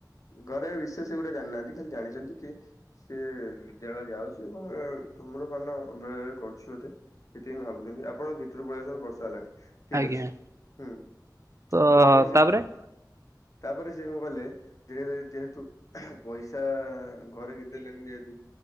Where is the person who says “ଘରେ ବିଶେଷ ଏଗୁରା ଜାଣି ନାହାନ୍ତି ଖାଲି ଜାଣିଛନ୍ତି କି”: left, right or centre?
Left